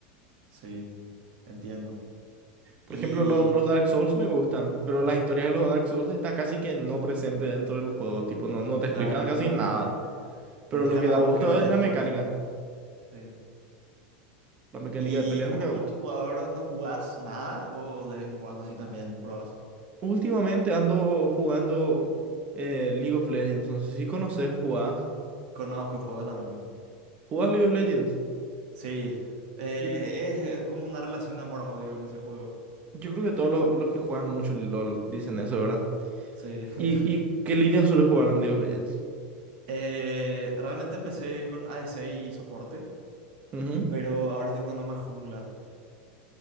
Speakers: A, on the right (about 60°); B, on the right (about 25°).
A: Sí, entiendo.
B: Por
A: Y
B: ejemplo, lo- los Dark Souls me gustan, pero la historia de los Dark Souls está casi que no presente dentro del juego, tipo, no, no te
A: claro,
B: explican casi
A: es como
B: nada.
A: que te
B: Pero
A: dejan
B: lo que da
A: a vos
B: gusto
A: que vayas
B: es la
A: descubriendo.
B: mecánica.
A: Sí.
B: La mecánica
A: ¿Y
B: de pelea
A: juego
B: es lo que da gusto.
A: multijugador no jugás nada o de vez en cuando sí también probás?
B: Últimamente ando jugando eh, League of Legends. No sé si conoces o jugás.
A: Conozco juego también.
B: ¿Jugás League of Legends?
A: Sí, eh,
B: Y
A: es, es como una relación de amor-odio con ese juego.
B: yo creo que todos los, los que juegan mucho LOL dicen eso, ¿verdad?
A: Sí. <laughs>
B: ¿Y, y qué línea suele jugar en League of Legends?
A: Eh, realmente empecé con ADC y soporte,
B: Ujú.
A: pero ahora estoy jugando más jungla.